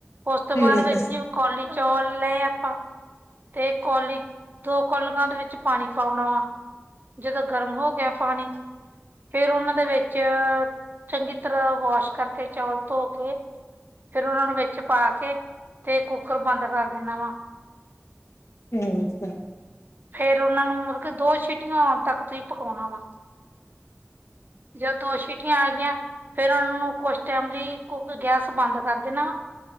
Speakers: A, on the right; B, on the left.
A: ਉਸ
B: ਠੀਕ
A: ਤੋਂ ਬਾਅਦ
B: ਹੈ ਠੀਕ
A: ਵਿੱਚ
B: ਹੈ
A: ਕੌਲੀ ਚੌਲ ਲਏ ਆਪਾਂ ਤੇ ਕੋਲੀ, ਦੋ ਕੌਲੀਆਂ ਦੇ ਵਿੱਚ ਪਾਣੀ ਪਾਉਣ ਆਲਾ ਜਦੋਂ ਗਰਮ ਹੋ ਗਿਆ ਪਾਣੀ, ਫੇਰ ਉਹਨਾਂ ਦੇ ਵਿੱਚ ਚੰਗੀ ਤਰ੍ਹਾਂ ਵਾਸ਼ ਕਰਕੇ ਚੌਲ ਧੋ ਕੇ ਫਿਰ ਉਹਨਾਂ ਨੂੰ ਵਿੱਚ ਪਾ ਕੇ ਤੇ ਕੁੱਕਰ ਬੰਦ ਕਰ ਦੇਣਾ ਵਾ।
B: ਠੀਕ ਐ।
A: ਫੇਰ ਉਹਨਾਂ ਨੂੰ ਮਤਲਬ ਕਿ ਦੋ ਸੀਟੀਆਂ ਆਉਣ ਤੱਕ ਤੁਸੀਂ ਪਕਾਉਣਾ ਵਾ। ਜਦ ਦੋ ਸੀਟੀਆਂ ਆ ਗਈਆਂ। ਫਿਰ ਉਹਨਾਂ ਨੂੰ ਕੁਛ ਟਾਈਮ ਲਈ ਗੈਸ ਬੰਦ ਕਰ ਦੇਣਾ ਵਾ।